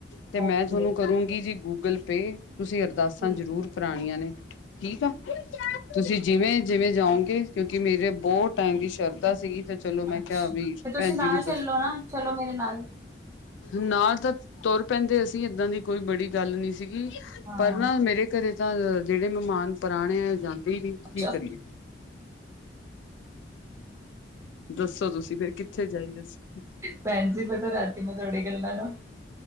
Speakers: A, on the left; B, on the right.
A: ਤੇ ਮੈਂ
B: ਓਕੇ
A: ਤੁਹਾਨੂੰ ਕਰੂੰਗੀ ਜੀ ਗੂਗਲ ਪੇ ਤੁਸੀਂ ਅਰਦਾਸਾਂ
B: ਠੀਕ
A: ਜ਼ਰੂਰ
B: ਹੈ
A: ਕਰਾਉਣੀਆਂ ਨੇ ਠੀਕ ਆ, ਤੁਸੀਂ ਜਿਵੇਂ-ਜਿਵੇਂ ਜਾਓਗੇ ਕਿਉਂਕਿ ਮੇਰੇ ਬੋਤ ਟਾਈਮ ਦੀ ਸ਼ਰਧਾ ਸੀਗੀ ਤੇ ਚਲੋ ਮੈਂ
B: ਅੱਛਾ
A: ਕਿਹਾ ਵੀ
B: ਤੇ ਤੁਸੀਂ
A: ਭੈਣ ਜੀ
B: ਨਾ
A: ਨੂੰ ਦੱਸ
B: ਚੱਲੋ ਨਾ ਚਲੋ ਮੇਰੇ ਨਾਲ।
A: ਨਾਲ ਤਾਂ ਤੁਰ ਪੈਂਦੇ ਅਸੀਂ, ਇਦਾਂ ਦੀ ਕੋਈ ਬੜੀ ਗੱਲ ਨੀ ਸੀਗੀ।
B: ਹਾਂ
A: ਪਰ ਨਾ ਮੇਰੇ ਘਰੇ ਤਾਂ ਜਿਹੜੇ ਮਹਿਮਾਨ ਪੁਰਾਣੇ ਆ ਉਹ ਜਾਂਦੇ ਈ ਨੀ, ਕੀ
B: ਚ
A: ਕਰੀਏ? ਦੱਸੋ ਤੁਸੀਂ ਫੇਰ ਕਿੱਥੇ ਜਾਈਏ ਅਸੀਂ?
B: ਭੈਣ ਜੀ ਪਤਾ ਰਾਤੀ ਮੈਂ ਤੁਹਾੜੇ ਗੱਲਾਂ ਨੂੰ